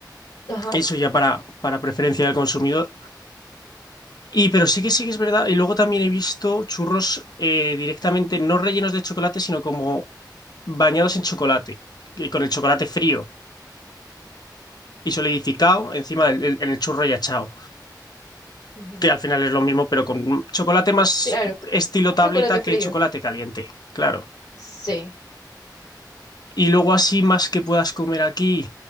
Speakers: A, on the left (about 80°); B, on the left (about 60°).
A: Ajá,
B: eso ya para, para preferencia del consumidor, Y pero sí que sí que es verdad. Y luego también he visto churros eh, directamente, no rellenos de chocolate, sino como bañados en chocolate, y con el chocolate frío y solidificado encima del, el- en el churro y achao,
A: ujú,
B: que al final es lo mismo, pero con chocolate más
A: Claro,
B: estilo
A: un
B: tableta
A: chocolate
B: que
A: frío.
B: chocolate caliente, claro.
A: Sí,
B: Y luego así más que puedas comer aquí.